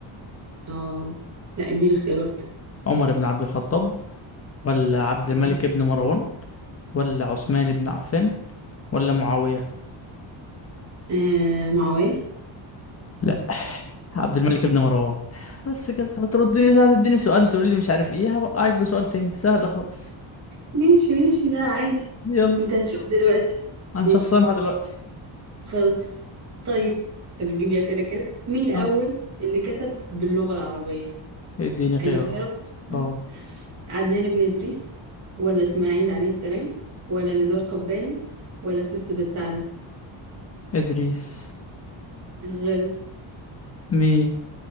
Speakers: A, on the right; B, on the left.
A: اه لا اديني اختيارات
B: عمر بن عبد الخطاب ولا عبد
A: اه
B: الملك بن مروان ولا عثمان بن عفان ولا معاوية
A: آه، معاوية
B: لا عبد الملك بن مروان بس كده هتردني هتديني سؤال تقولي لي مش عارف ايه هوقعك بسؤال تاني سهل خالص
A: ماشي ماشي لا عادي
B: يلا
A: انت هتشوف دلوقتي
B: عن
A: ماشي
B: شخصنها دلوقتي
A: خلاص طيب انت بتجيب لي اسئله كده مين اول
B: اه
A: اللي كتب باللغه العربيه
B: اديني خيارات
A: عايز اختيارات <laughs>
B: اه
A: عدنان بن ادريس ولا اسماعيل عليه السلام ولا نزار قباني ولا فس بن سعده
B: ادريس
A: غلط
B: مين